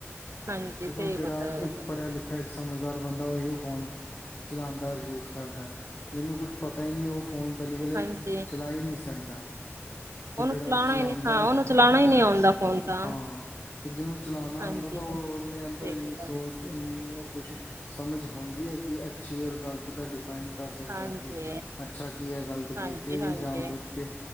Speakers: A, on the right (about 70°); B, on the left (about 55°).
A: ਹਾਂਜੀ
B: ਦੇਖੋ
A: ਸਹੀ
B: ਜੇਹੜਾ
A: ਪਤਾ
B: ਇੱਕ
A: ਗੱਲ,
B: ਪੜ੍ਹਿਆ ਲਿਖਿ ਜਿਹੜਾ ਇਕ ਸਮਝਦਾਰ ਬੰਦਾ ੳਹੀਉ ਫੋਨ ਚਲਾਂਦਾ ਔਰ ਯੂਜ ਕਰਦਾ। ਜਿਹਨੂੰ ਕੁਛ ਪਤਾ ਈ ਨਹੀਂ ਉਹ ਫ਼ੋਨ ਪਹਿਲੀ ਗੱਲ ਏ
A: ਹਾਂਜੀ
B: ਚਲਾ ਈ ਨਹੀਂ ਸਕਦਾ। ਤੇ
A: ਉਹਨੂੰ
B: ਜਿਹੜਾ
A: ਚਲਾਣਾ
B: ਚਲਾਉਂਦਾ
A: ਹੀ ਨੀ ਹਾਂ ਉਹਨੂੰ
B: ਤੇ
A: ਚਲਾਣਾ ਹੀ ਨੀ ਆਉਂਦਾ। ਫੋਨ ਤਾਂ
B: ਹਾਂ ਤੇ ਜਿਹਨੂੰ ਚਲਾਣਾ
A: ਹਾਂਜੀ
B: ਆਂਦਾ ਤ ਉਹਨੇ
A: ਸਹੀ
B: ਅੰਦਰ ਇੰਨੀ
A: ਗੱਲ
B: ਸੋਚ ਇੰਨੀ ਉਹ ਕੁਸ਼ ਸਮਜ ਹੁੰਦੀ ਹੈ ਕਿ ਅੱਛੀ ਔਰ ਗਲਤ ਦਾ ਡਿਫਾਈਨ ਕਰ ਸਕਦਾ
A: ਹਾਂਜੀ
B: ਕਿ ਅੱਛਾ ਕੀ ਹੈ ਗ਼ਲਤ ਕੀ
A: ਹਾਂਜੀ
B: ਹੈ ਫੇਰ
A: ਹਾਂਜੀ
B: ਵੀ ਜਾਣ ਬੁੱਝ ਕੇ